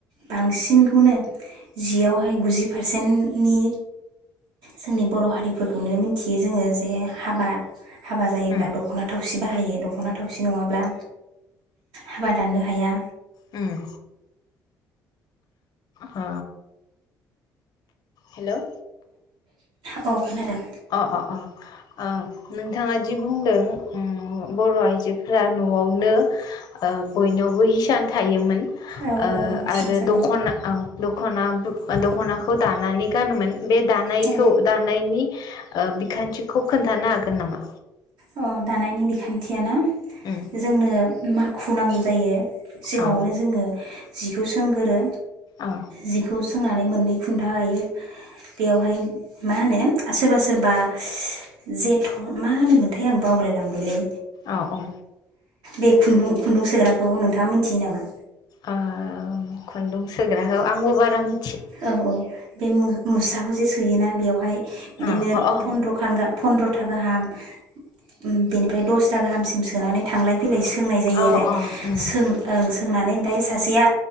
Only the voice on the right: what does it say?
बांसिनखौनो जियावहाय गुजि पारसेन्टनि जोंनि बर' हारिफोरखौनो मिथियो जोङो जे हाबा हाबा जायोब्ला
दख'ना थाव सि बाहायो दख'ना थावसि नङाब्ला हाबा दाननो हाया।
औ खोनादों।
औ
औ हिसानसालि
औ
अ दानायनि बिखान्थिया ना।
जोंनो मा खु नांगौ जायो। सिगाङावनो
जोङो जिखौ सोंगोरो।
जिखौ सों सोंनानै मोननै खुन्था गायो बेयावहाय मा होनो सोरबा सोरबा जेथ' मा होनो मोन थाय आं बावलायलांबायलै।
बे खुन्दुं खुन्दुं सोग्राखौ नोंथाङा मोनथियो नामा?
औ औ बे मु-मुस्राखौ जे सो योना बेवहाय बिदिनो
फन्द्रखान गा फन्द्र था गाहाम उम बिनिफ्राय दस था गाहामसिम सोनानै थांलाय फैलाय सोंनाय जायो
आरो
सों ओं। सोंनानै ओमफाय सासेया